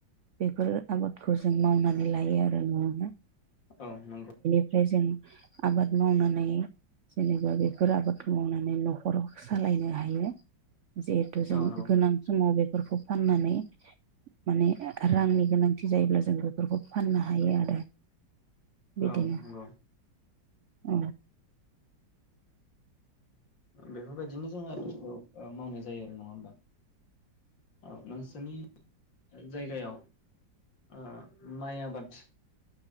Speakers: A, on the right; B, on the left.
A: बेफोर आबादखौ जों मावनानै लायो आरो न'आवनो।
B: औ नंगौ।
A: फ्राय जों आबाद मावनानै जेनेबा बेफोर आबादखौ मावनानै नखराव सालायनो हायो। जिहेथु जों
B: औ नंगौ
A: गोनां समाव बे फोरखौ फाननानै माने रांनि गोनांथि जायोब्ला जों बेफोरखौ फाननो हायो आरो। बिदिनो
B: औ नंगौ।
A: औ।
B: बेफोरबायदिनो जोङो आबादखौ मावनाय जायो आरो नङा होमबा औ नोंसोरनि जायगायाव ओ माइ आबाद